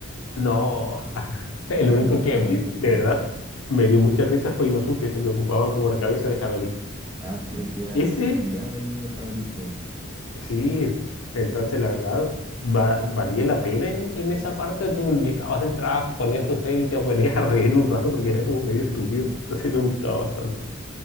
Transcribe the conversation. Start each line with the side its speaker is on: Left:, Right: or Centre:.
Left: No, <laughs> el
Right: no me
Left: único
Right: aguantaba
Left: que a mí,
Right: con ese personaje.
Left: de verdad, me dio mucha risa fue Inosuke, ese que ocupaba como la cabeza de jabalí.
Right: Ah, sí, el que, era-
Left: Ese,
Right: el que fue criado ahí con los jabalíes, creo.
Left: sí, entonces la verdad, va- valía la pena en, en esa parte. Tú llegabas del trabajo, ponías tu serie y te <laughs> ponías a reír un rato porque era como medio estúpido, entonces me gustaba bastante.